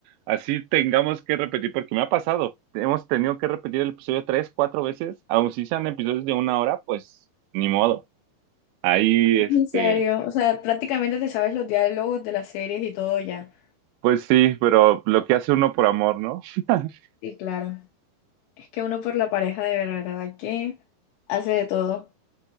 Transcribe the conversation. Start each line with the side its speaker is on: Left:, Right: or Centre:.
Right: Así tengamos que repetir, porque me ha pasado. Hemos tenido que repetir el episodio tres, cuatro veces, aun si sean episodios de una hora, pues ni modo. Ahí,
Left: En
Right: este,
Left: serio, o sea, prácticamente te sabes los diálogos de las series y todo ya.
Right: pues sí, pero lo que hace uno por amor, ¿no? <laughs>
Left: Sí, claro. Es que uno por la pareja de verdad que hace de todo.